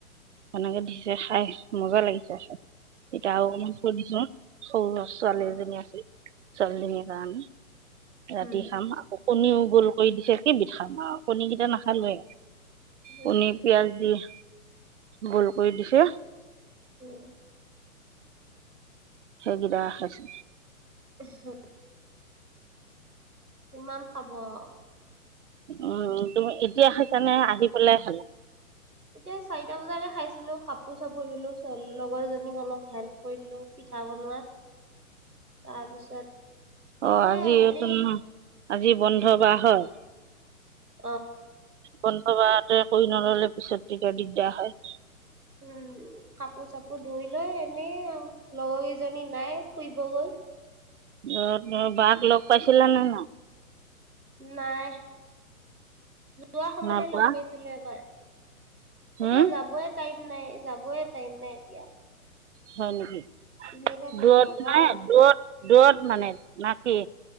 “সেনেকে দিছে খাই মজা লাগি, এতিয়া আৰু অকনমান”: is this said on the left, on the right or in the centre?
Right